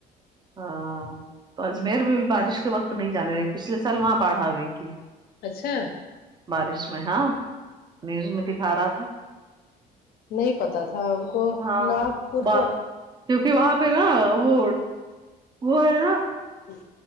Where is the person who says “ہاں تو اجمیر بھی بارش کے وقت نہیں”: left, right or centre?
Right